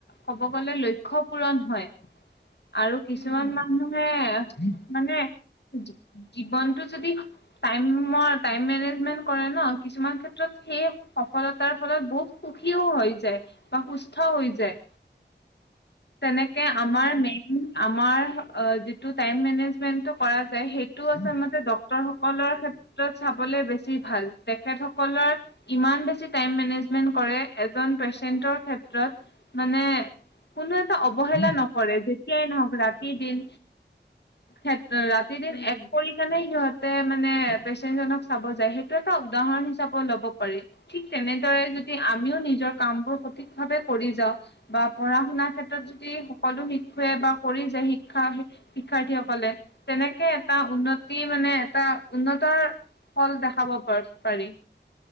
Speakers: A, on the left (about 70°); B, on the left (about 50°).
A: ক'ব গলে লক্ষ্য পূৰণ হয়। আৰু কিছুমান
B: উম হম
A: মানুহে মানে জীৱনতটো যদি টাইমৰ টাইম মেনেজ মেন্ত কৰে ন কিছুমান ক্ষেত্ৰত সেই সফলতাৰ ফলত বহুত সুখীও হৈছে। বা সুস্থ হৈ যায়। তেনেকে আমাৰ
B: উম হম
A: মে <unintelligible> আমাৰ অ' যিটো টাইম মেনেজমেন্টটো কৰা যায় সেইটো আচলতে ডক্তৰ সকলৰ ক্ষেত <unintelligible> চাবলে বেছি ভাল। তেখেতসকলৰ ইমান বেছি টাইম মেনেজমেন্ট কৰে এজন পেচেন্টৰ ক্ষেত্ৰত মানে কোনো এটা অৱহেলা নকৰে যেতিয়াই নহওঁক ৰাতি দিন ক্ষেত্ৰ ৰাত তিদিন
B: উম
A: এক
B: হম
A: কৰি কেনে সিহঁতে মানে পেচেণ্টজনক চাব যায় সেইটোৱেত এটা উদাহৰণ হিচাপত ল'ব পাৰি। ঠিক তেনেদৰে যদি আমিও নিজৰ কামবোৰ সঠিক ভাৱে কৰি যাওঁ বা পঢ়া শুনাৰ ক্ষেত্ৰত যদি সকলো শিক্ষুৱে বা কৰি যায় শিক্ষা হে শিক্ষাৰ্থীসকলে তেনেকে এটা উন্নতি মানে এটা উন্নতৰ ফল দেখাব পৰপ-পাৰি।